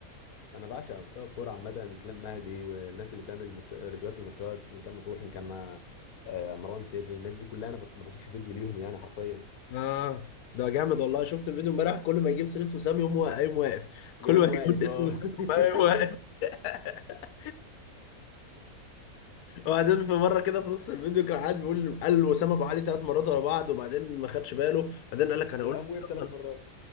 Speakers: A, on the left; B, on the left.
A: انا بعشق محتوى الكوره عامه اسلام مهدي والناس اللي بتعمل ماتش... ريفيوهات للماتشات ان كان نصوحي ان كان آه، مروان سري الناس دي كلها انا بف... ما بسيبش فيديو ليهم يعني حرفيا
B: اه ده جامد والله شفت الفيديو امبارح كل ما يجيب سيرة وسام يقوم وا- يقوم واقف
A: يقوم
B: كل ما
A: واقف
B: يقول اسم
A: اه
B: وسام
A: <laughs>
B: يقوم واقف <laughs> وبعدين في مره كده في نص الفيديو كان قاعد بيقول قال وسام ابو علي ثلاث مرات ورا بعض وبعدين ما خدش باله بعدين قال لك انا
A: قام
B: قلت
A: وقف
B: وسام
A: ثلاث
B: تلات-
A: مرات